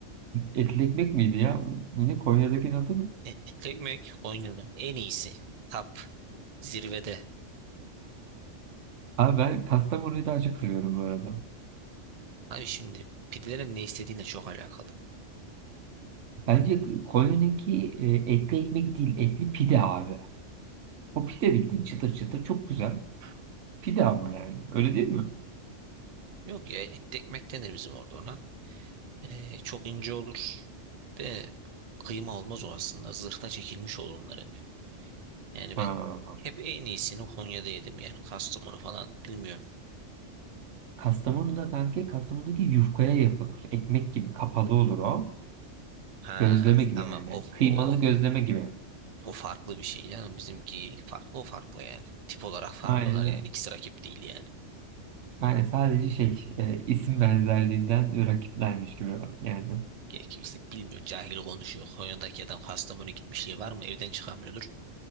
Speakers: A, on the right (about 75°); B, on the right (about 40°).
A: etli ekmek miydi ya? Ne Konya'dakinin adı mı?
B: E- Etli Ekmek Konya'nın en iyisi. Tap. Zirvede.
A: Abi ben Kastamonu'yu daha çok seviyorum bu arada.
B: Abi şimdi pidelerin ne istediğine çok alakalı.
A: Bence Konya'nınki e, etli ekmek değil etli pide abi. O pide bildiğin çıtır çıtır çok güzel. Pide ama yani öyle değil mi?
B: Yok ya et ekmek denir bizim orada ona. E, çok ince olur. Ve kıyma olmaz o aslında. Zırhta çekilmiş olur onlar hep. Yani
A: Ha.
B: ben hep en iyisini Konya'da yedim yani. Kastamonu falan bilmiyorum.
A: Kastamonu'da kanka Kastamonu'daki yufkaya yapılır. Ekmek gibi kapalı olur o.
B: Ha
A: Gözleme gibi
B: tamam
A: yani.
B: o,
A: Kıymalı
B: o, o,
A: gözleme gibi.
B: o farklı bir şey canım. Bizimki farklı o farklı yani. Tip olarak farklılar
A: Aynen
B: yani.
A: öyle.
B: İkisi rakip değil yani.
A: Yani sadece şey e, isim benzerliğinden rakiplermiş gibi yani.
B: Ya kimse bilmiyor. Cahil konuşuyor. Konya'daki adam Kastamonu'ya gitmişliği var mı? Evden çıkamıyordur.